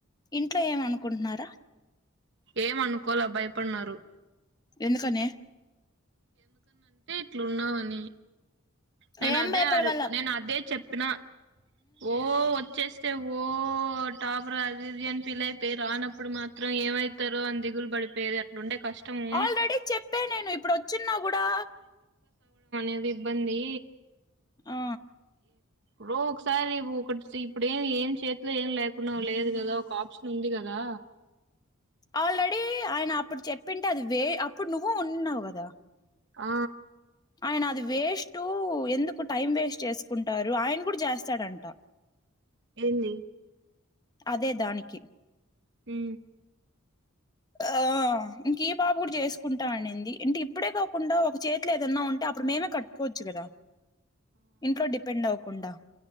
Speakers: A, on the left; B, on the right.
A: ఇంట్లో ఏమ అనుకుంటున్నారా
B: ఏమనుకోల భయపడ్నరూ
A: ఎందుకనీ
B: అట్లున్నావని నేను
A: ఏం
B: అదే
A: భయపడవల్ల
B: అది నేను అదే చెప్ తనా ఓ వచ్చేస్ చె ఓ టాప్ర్ అది ఇది అని ఫిల్ అయిపోయి రానప్పుడు మాత్రం ఏమైతారో అని దిగులు పడిపోయది అట్లుండే కష్టము
A: ఆల్రెడీ చెప్పే నేను ఇప్పుడు వచ్చిన్న కూడా
B: ఏది ఇబ్బంది
A: ఆ
B: రోక్స్ సారీ ఒకటి సీప్ ఏం ఏం చేతిలో ఏం లేకున్నా లేదు కదా ఒక ఆప్షన్ ఉంది కదా
A: ఆల్రెడీ ఆయన ఇప్పుడు చెప్పింటే అది వే ఇప్పుడు నువ్వు వున్నావ్ కదా
B: ఆ
A: ఆయనా అది వే టు ఎందుకు టైం వేస్ట్ చేసుకుంటారు ఆయన కూడా చేస్తాడంట
B: ఎన్ని
A: అదే దానికి
B: ఉ
A: ఆ ఇంక ఈ పాప కూడా చేసుకుంటా అనింది అంటే ఇప్పుడే కాకుండా ఒక చేతిలో ఏదన్నా ఉంటే అప్పుడు మేమే కట్టుకోవచ్చు కదా ఇంట్లో డిపెండ్ అవు కుండా